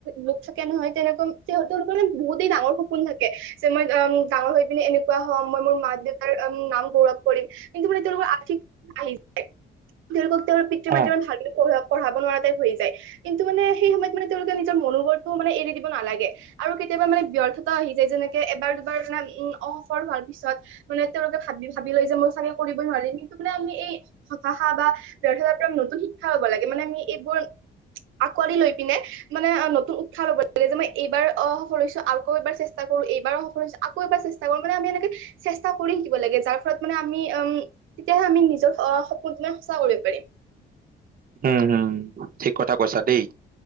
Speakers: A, on the right (about 80°); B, on the right (about 45°).
A: লোক থাকে নহয় তেনেকুৱা সিহঁতৰলোকৰ মানে বহুতেই ডাঙৰ সপোন থাকে যে মই উম, ডাঙৰ হৈ পিনে এনেকুৱা হ মই মোৰ মাক দেউতাৰ উম নাম গৌৰৱ কৰিম কিন্তু মানে তেওঁলোকৰ আথিক আহি যায় তেওঁলোকক তেওঁৰ পিতৃ-মাতৃ
B: অ
A: ইমান ভালকে পঢ়োৱা পঢ়াব নোৱাৰাত শেষ হৈ যায় কিন্তু মানে সেই সময়ত মানে তেওঁলোকে নিজৰ মনোবলটোও মানে এৰি দিব নালাগে আৰু কেতিয়াবা মানে ব্য ব্যৰ্থতাও আহি যায় যেনেকে এবাৰ, দুবাৰ <unintelligible> উম, অসফল পিছত মানে তেওঁলোকে ভাবি-ভাবি লয় যে মই চাগে কৰিবই নোৱাৰিম কিন্তু মানে আমি এই হতাশা বা ব্যৰ্থতাৰ পৰা নতুন শিক্ষা হ'ব লাগে মানে আমি এইবোৰ আঁকোৱালি লৈ পিনে মানে নতুন উৎসাহ ল'ব লাগে যে মই এইবাৰ অসফল হৈছোঁ আকৌ এবাৰ চেষ্টা অ, এইবাৰ অসফল হৈছে আকৌ এবাৰ চেষ্টা কৰিম মানে আমি এনেকে চেষ্টা কৰি শিকিব লাগে যাৰ ফলত মানে আমি উম, তেতিয়াহে আমি নিজৰ অ, সপোনটো মানে সঁচা কৰিব পাৰিম। <inaudible>
B: উম, হম ঠিক কথা কৈছা দেই